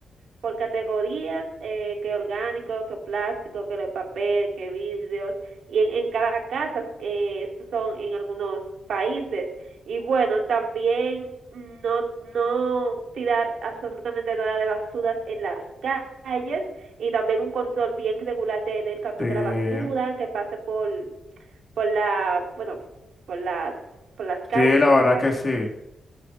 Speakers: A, on the right; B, on the left.
A: por categorías, eh, que orgánico, que plástico, que de papel, que vidrios, y en, en cada casa, que eh, estos son en algunos países. Y bueno, también no, no tirar absolutamente nada de basuras en las calles y también un control bien regular de, del camión
B: Sí,
A: de la basura que pase por, por la, bueno, por las, por las calles,
B: sí, la
A: tú
B: verdad
A: sabes.
B: que sí.